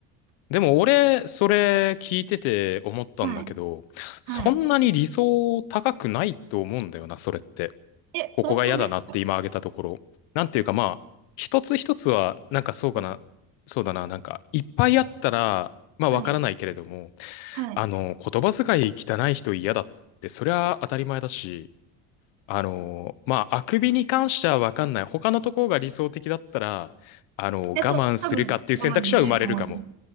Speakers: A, on the left; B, on the right.
A: でも俺、それ聞いてて思ったんだけど、
B: はい。
A: そんなに理想高くないと思うんだよな、
B: はい。
A: それって。
B: え、
A: ここが嫌だなって今挙げたところ。
B: 本当ですか
A: なんていうかまあ、一つ一つは、なんかそうかな、
B: うん
A: そうだな、なんか、いっぱいあったら、まあわからないけれども、
B: はい。はい。
A: あの、言葉遣い汚い人嫌だって、そりゃ当たり前だし、あの、まあ、あくびに関してはわかんない。他のところが理想的だったら、あの、我慢するかっていう選択肢は生まれるかも。
B: え、そう、多分我慢できると思います。